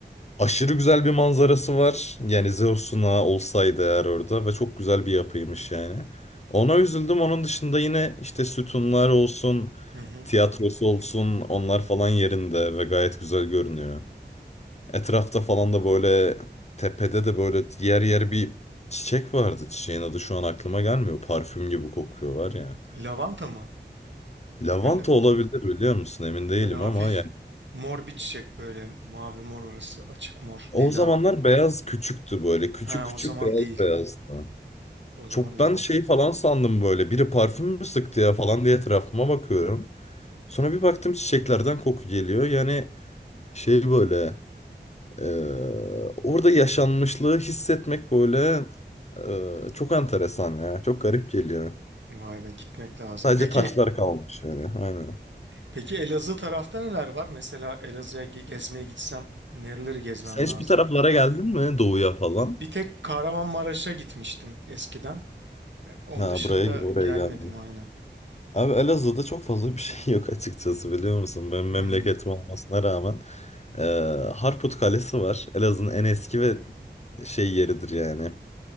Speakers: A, on the left; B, on the right.
A: Aşırı güzel bir manzarası var. Yani Zeus'una olsaydı eğer orada ve çok güzel bir yapıymış yani. Ona üzüldüm. Onun dışında yine işte sütunlar olsun,
B: Hı hı.
A: tiyatrosu olsun onlar falan yerinde ve gayet güzel görünüyor. Etrafta falan da böyle tepede de böyle yer yer bir çiçek vardı. Çiçeğin adı şu an aklıma gelmiyor. Parfüm gibi kokuyor var ya.
B: Lavanta mı?
A: Lavanta
B: Böyle
A: olabilir biliyor musun? Emin değilim
B: böyle hafif
A: ama
B: mor bir çiçek böyle mavi mor orası açık mor
A: O
B: lila.
A: zamanlar beyaz küçüktü böyle. Küçük
B: Ha
A: küçük
B: o zaman
A: beyaz
B: değil.
A: beyazdı.
B: O zaman
A: Çok
B: Levant'a
A: ben şey falan sandım böyle. Biri parfüm mü sıktı ya falan diye etrafıma bakıyorum. Sonra bir baktım çiçeklerden koku geliyor. Yani şey böyle e, orada yaşanmışlığı hissetmek böyle e, çok enteresan ya. Çok garip geliyor.
B: vay be gitmek lazım.
A: Sadece
B: Peki
A: taşlar kalmış yani. Aynen.
B: peki Elazığ tarafta neler var? Mesela Elazığ'a ge- gezmeye gitsem nereleri gezmem
A: Sen
B: lazım?
A: hiç bu taraflara geldin mi? Doğuya falan.
B: Bir tek Kahramanmaraş'a gitmiştim eskiden. E, Onun
A: Ha
B: dışında
A: buraya oraya
B: gelmedim
A: geldin.
B: aynen.
A: Abi Elazığ'da çok fazla bir şey yok açıkçası biliyor musun? Benim
B: Hmm,
A: memleketim olmasına rağmen. Ee, Harput Kalesi var. Elazığ'ın en eski ve şey yeridir yani.